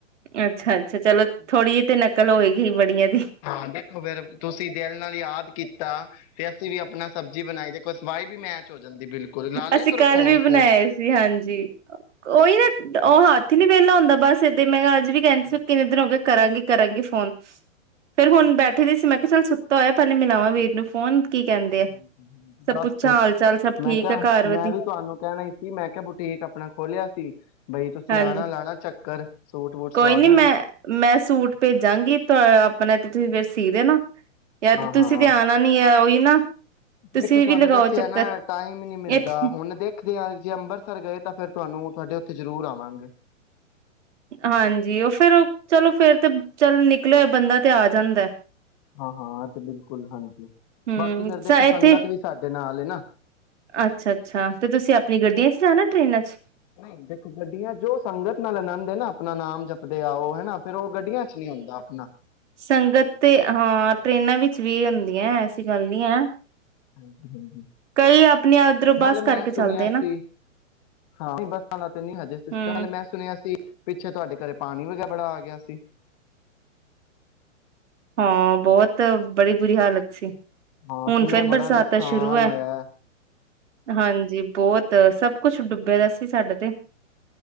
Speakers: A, on the right (about 65°); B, on the left (about 30°).
A: ਅੱਛਾ ਅੱਛਾ ਚਲੋ ਥੋੜ੍ਹੀ ਜਿਹੀ ਤੇ ਨਕਲ ਹੋਏਗੀ ਵੜੀਆਂ ਦੀ
B: ਹਾਂ ਦੇਖੋ ਫਿਰ ਤੁਸੀਂ ਦਿਲ ਨਾਲ ਯਾਦ ਕੀਤਾ ਤੇ ਅਸੀਂ ਵੀ ਆਪਣਾ ਸਬਜ਼ੀ ਬਣਾਈ ਦੇਖੋ ਸਵਾਈ ਵੀ ਮੈਚ ਹੋ ਜਾਂਦੀ ਬਿਲਕੁਲ ਲਾ
A: ਅਸੀਂ
B: ਲਿਆ ਕਰੋ
A: ਕੱਲ
B: ਫੋਨ
A: ਵੀ ਬਣਾਏ
B: ਫੋਨ
A: ਸੀ ਹਾਂਜੀ ਉਹੀ ਨਾ ਉਹ ਹੱਥ ਹੀ ਨੀ ਵਿਹਲਾ ਹੁੰਦਾ ਬਸ ਤੇ ਮੈਂ ਕਿਹਾ ਅੱਜ ਵੀ ਕਹਿੰ ਕਿੰਨੇ ਦਿਨ ਹੋ ਕੇ ਕਰਾਂਗੀ ਕਰਾਂਗੀ ਫੋਨ ਫੇਰ ਹੁਣ ਬੈਠੇ ਦੇ ਸੀ ਮੈਂ ਕਿਹਾ ਚੱਲ ਸੁੱ ਤੋਇਆ ਪਹਿਲੇ ਮਿਲਾਵਾਂ ਵੀਰ ਨੂੰ ਫੋਨ
B: ਹ
A: ਕੀ ਕਹਿੰਦੇ ਆ
B: ਹਾਂ
A: ਸਭ
B: ਬਸ
A: ਪੁੱਛਾਂ ਹਾਲ ਚਾਲ ਸਭ ਠੀਕ
B: ਮੈਂ ਕਿਹਾ
A: ਆ ਘਰ ਵਧੀ
B: ਮੈਂ ਵੀ ਤੁਹਾਨੂੰ ਕਹਿਣਾ ਹੀ ਸੀ ਮੈਂ ਕਿਹਾ ਬੁਟੀਕ ਆਪਣਾ ਖੋਲਿਆ ਸੀ ਬਈ ਤੁਸੀਂ
A: ਹਾਂਜੀ
B: ਆਣਾ ਲਾਣਾ ਚੱਕਰ ਸੂਟ ਵੂਟ ਸਵਾ
A: ਕੋਈ ਨੀ
B: ਜਾਣਾ
A: ਮੈਂ ਮੈਂ ਸੂਟ ਭੇਜਾਂਗੀ ਆਪਣਾ ਤੁਸੀਂ ਫੇਰ ਸੀਖਦੇ ਨਾ ਯਦ
B: ਹਾਂ
A: ਤੁਸੀਂ
B: ਹਾਂ
A: ਤੇ ਆਉਣਾ ਨੀ ਆ ਉਹੀ ਨਾ ਤੁਸੀਂ
B: ਦੇਖੋ ਤੁਹਾਨੂੰ
A: ਵੀ ਲਗਾਓ
B: ਦੱਸਿਆ
A: ਚੱਕਰ
B: ਨਾ ਟਾਈਮ ਹੀ ਨਹੀਂੀ ਮਿਲਦਾ
A: ਇੱਥੇ
B: ਹੁਣ ਦੇਖਦੇ ਹਾਂ ਜੇ ਅੰਮ੍ਰਿਤਸਰ ਗਏ ਤਾਂ ਫਿਰ ਤੁਹਾਨੂੰ ਤੁਹਾਡੇ ਉੱਥੇ ਜ਼ਰੂਰ ਆਵਾਂਗੇ
A: ਹਾਂਜੀ ਉਹ ਫਿਰ ਉਹ ਚਲੋ ਫੇਰ ਤੇ ਚੱਲ ਨਿਕਲ ਬੰਦਾ ਤੇ ਆ ਜਾਂਦਾ
B: ਹਾਂ ਹਾਂ ਤੇ ਬਿਲਕੁਲ ਹਾਂਜੀ
A: ਹੂੰ
B: ਬਾਕੀ ਫਿਰ ਦੇਖੋ ਸੰਗਤ
A: ਇੱਥੇ
B: ਵੀ ਸਾਡੇ ਨਾਲ ਹੈ ਨਾ।
A: ਅੱਛਾ ਅੱਛਾ ਤੇ ਤੁਸੀਂ ਆਪਣੀ ਗੱਡੀਆਂ ਚ ਜਾਣਾ ਟ੍ਰੇਨ ਚ
B: ਨਹੀਂ ਦੇਖੋ ਗੱਡੀਆਂ ਜੋ ਸੰਗਤ ਨਾਲ ਆਨੰਦ ਹੈ ਨਾ ਆਪਣਾ ਨਾਮ ਜਪਦੇ ਆਓ ਹਨਾ। ਫੇਰ ਉਹ ਗੱਡੀਆਂ ਚ ਨਹੀਂ ਆਦਾ ਆਪਣਾ।
A: ਸੰਗਤ ਤੇ ਹਾਂ ਟ੍ਰੇਨਾਂ ਵਿੱਚ ਵੀ ਹੁੰਦੀਆਂ ਐਸੀ ਗੱਲ ਨੀ ਹੈ।
B: ਹਾਂਜੀ
A: ਕਈ ਆਪਣੇ ਉੱਧਰੋਂ ਬੱਸ
B: ਨਾਲੇ ਮੈਂ
A: ਕਰਕੇ
B: ਸੁਣਿਆ
A: ਚੱਲਦੇ
B: ਸੀ
A: ਨਾ
B: ਹਾਂ ਬੱਸਾਂ ਦਾ ਤੇ ਨਹੀਂ ਹਜੇ ਸਿਸਟਮ
A: ਹੂੰ
B: ਨਾਲੇ ਮੈਂ ਸੁਣਿਆ ਸੀ। ਪਿੱਛੇ ਤੁਹਾਡੇ ਘਰੇ ਪਾਣੀ ਵੀ ਬੜਾ ਆ ਗਿਆ ਸੀ।
A: ਹਾਂ ਬਹੁਤ ਬੜੀ ਬੁਰੀ ਹਾਲਤ ਸੀ।
B: ਹਾਂ
A: ਹੁਣ
B: ਸੁਣਿਆ
A: ਫੇਰ
B: ਬੜਾ
A: ਬਰਸਾਤਾਂ
B: ਨੁਕਸਾਨ
A: ਸ਼ੁਰੂ ਹੈ
B: ਹੋਇਆ ਏ।
A: ਹਾਂਜੀ ਬਹੁਤ ਸਭ ਕੁਛ ਡੁੱਬੇ ਦਾ ਸੀ ਸਾਡੇ ਤੇ।